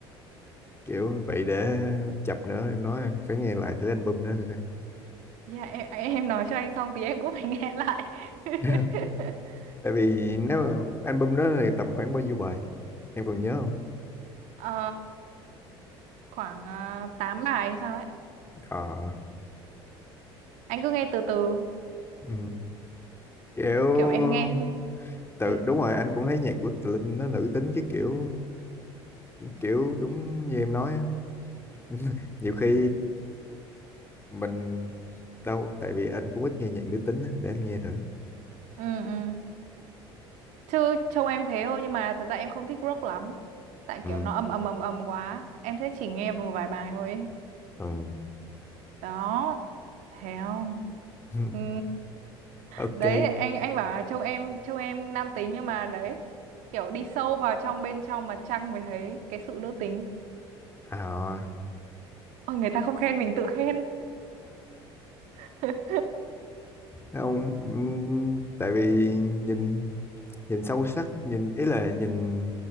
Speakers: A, on the left; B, on the right.
A: kiểu vậy để chập nữa em nói anh phải nghe lại thử album nữa coi
B: Dạ em, em nói cho anh xong tí em cũng phải nghe lại. <laughs>
A: <laughs> tại vì
B: Tầm
A: nếu
B: bao?
A: mà album đó thì tầm khoảng bao nhiêu bài em còn nhớ không
B: Ờ, khoảng uh, 8 bài hay sao ấy.
A: ờ
B: Anh cứ nghe từ từ,
A: ừ. kiểu
B: kiểu em nghe.
A: tự
B: Ừ.
A: đúng rồi anh cũng thấy nhạc của Tự Linh nó nữ tính cái kiểu kiểu đúng như em nói <laughs> nhiều khi mình đâu tại vì anh cũng ít nghe nhạc nữ tính á, để anh nghe thử
B: Ừ ừ. Chứ trông em thế thôi nhưng mà thật ra em không thích rock lắm. Tại
A: ừ
B: kiểu nó ầm ầm ầm ầm quá. Em thế chỉ nghe một vài bài thôi ấy.
A: ừ
B: Đó. Thấy không?
A: <laughs>
B: Ừ.
A: ok
B: đấy anh anh bảo là trông em trông em nam tính nhưng mà đấy kiểu đi sâu vào trong bên trong mặt trăng mới thấy cái sự nữ tính
A: à
B: ôi người ta không khen mình tự khen <laughs>
A: không ừm, tại vì nhìn nhìn sâu sắc nhìn ý là nhìn